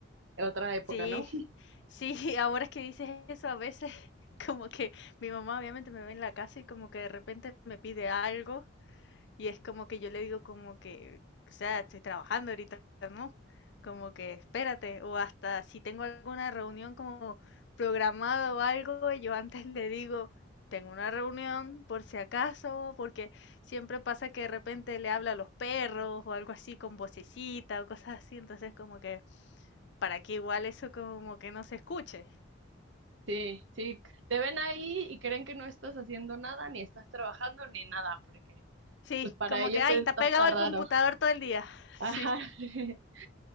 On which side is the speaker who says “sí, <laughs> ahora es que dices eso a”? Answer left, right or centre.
Left